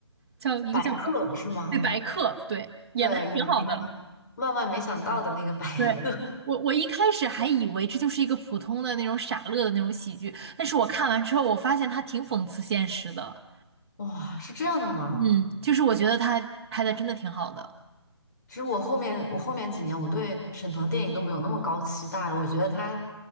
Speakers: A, on the right; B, on the left.
A: 叫一个叫
B: 白客是吗？
A: 对白客，对，演的还挺好的。
B: 对，演那个万万没想到的那个白客。
A: 对，
B: <laughs>
A: 我我一开始还以为这就是一个普通的那种傻乐的那种喜剧，但是我看完之后，我发现他挺讽刺现实的。
B: 哇，是这样的吗？
A: 嗯，就是我觉得他拍的真的挺好的。
B: 其实我后面我后面几年我对沈腾电影都没有那么高期待了。我觉得他，